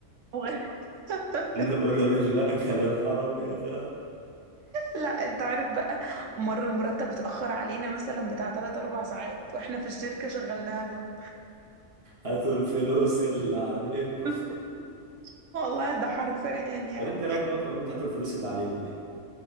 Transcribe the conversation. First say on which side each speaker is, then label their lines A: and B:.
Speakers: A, on the right; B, on the right.
A: وغ- <laughs>
B: له <laughs> قولوا للي اكل الحرام يخاف
A: لا انت عارف بقى مرة المرتب اتأخر علينا مثلا بتاع 3 4 ساعات واحنا في الشركة شغلناها لهم
B: هاتوا الفلوس اللي عليكم
A: <laughs> والله ده حرفيا يعني
B: طب انت رايك بقى في اغنيه هاتوا الفلوس اللي عليكم دي